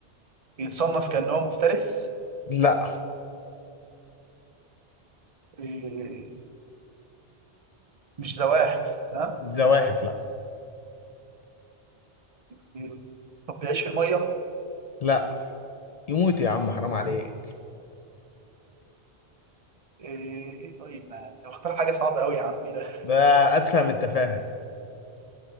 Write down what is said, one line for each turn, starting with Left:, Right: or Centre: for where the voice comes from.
Right: بيتصنف كأنه مفترس
Left: لا
Right: آه، مش زواحف تمام
Left: الزواحف لا
Right: آه، طب بيعيش في المية آه،
Left: لا يموت يا عم حرام عليك
Right: إيه طيب ما أنت مختار حاجة صعبة أوي يا عمي ده
Left: ده أتفهم التفاهة